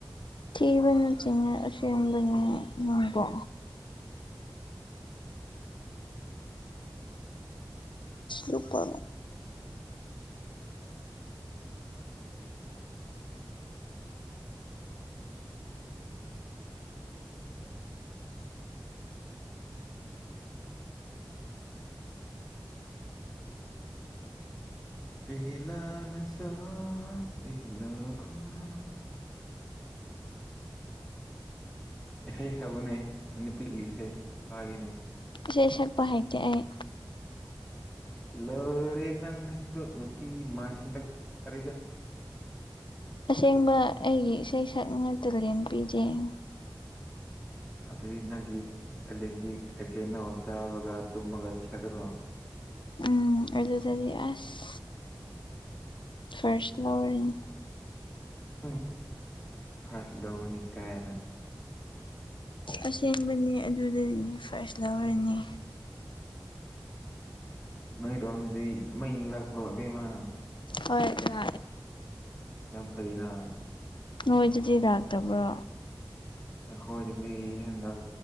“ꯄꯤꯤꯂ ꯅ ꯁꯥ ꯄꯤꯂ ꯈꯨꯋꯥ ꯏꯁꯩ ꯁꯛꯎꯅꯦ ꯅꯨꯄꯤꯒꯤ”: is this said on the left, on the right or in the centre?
Centre